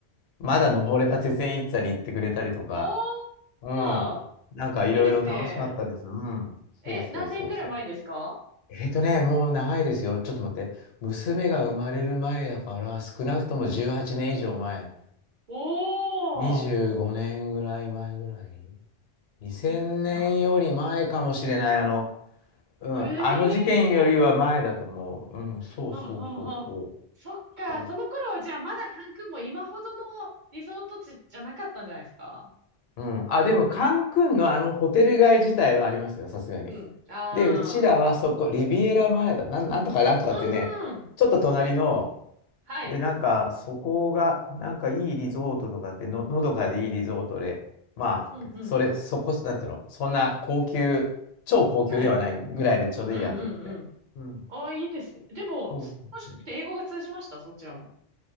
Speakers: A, on the left (about 75°); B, on the right (about 55°).
A: まだ登れた鉄線一座に行ってくれたりとか、
B: おー。
A: うん。
B: まあ
A: なんかいろいろ楽しかったです。
B: いいですね。
A: うん。
B: え、
A: そうそうそうそう。
B: 何年ぐらい前ですか
A: えっとね、もう長いですよ。ちょっと待って。娘が生まれる前だから、少なくとも18年以上前。
B: うんうん。おー。
A: 25年ぐらい前ぐらい。2000年より前かもしれない。
B: あ、ま
A: あの、うん、
B: あへ
A: あの事件よりは前だと思う。
B: え。
A: うん、そうそうそうそう。
B: ほうほうほう。そっか、
A: そう
B: その頃、じゃあまだ関空も今ほどのリゾート地じゃなかったんじゃないですか
A: うん、あ、でも、カンクンのあのホテル街自体はありますよ、さすがに。
B: うん。あ
A: で、うちらはそこ、リビエラ前だ、なん、なんとかなんとかっていうね、
B: あ、うーん。
A: ちょっと隣の、
B: はい。
A: で、なんか、そこが、なんかいいリゾートとかって、
B: うん、
A: の、のどかでいいリゾートで、まあ、
B: うん、うん。
A: それ、そこ、なんていうの、そんな高級、超高級ではないぐらいでちょうどいいやと思って。
B: はい。うん、うん、うん。
A: うん。
B: ああ、いいですね。でも、
A: そうそうそう。
B: 楽しくて英語が通じました、そちらも。